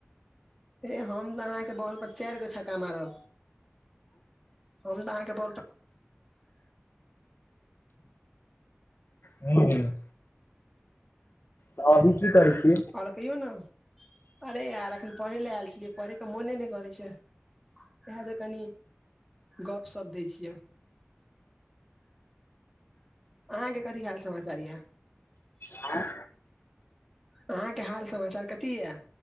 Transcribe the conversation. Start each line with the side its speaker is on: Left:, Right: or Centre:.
Centre: हे हम तऽ अहाँकेँ बॉल पर चाइर गो छक्का मारब हम तऽ अहाँकेँ बॉल पर
Left: हुँ हुँ तऽ अभी की करै छी
Centre: आओर कहियो नऽ अरे यार अखैन पढ़े लऽ आयल छियै पढ़े केँ मोने नय करै छै। इएह जे कनि गपशप दे छियै। अहाँकेँ कथी हाल समाचार यऽ
Left: आय
Centre: अहाँकेँ हाल समाचार कथि यै